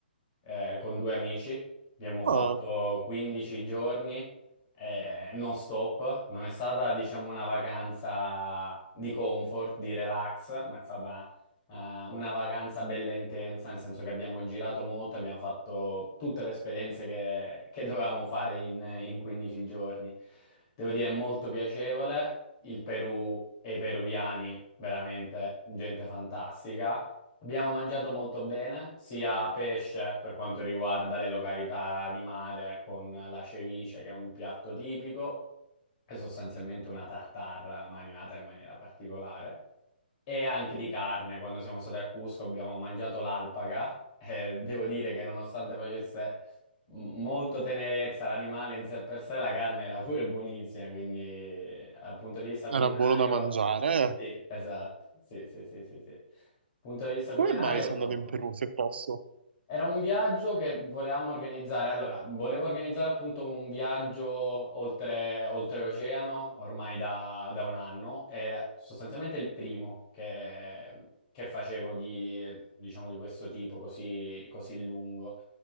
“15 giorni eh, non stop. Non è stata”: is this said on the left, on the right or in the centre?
Left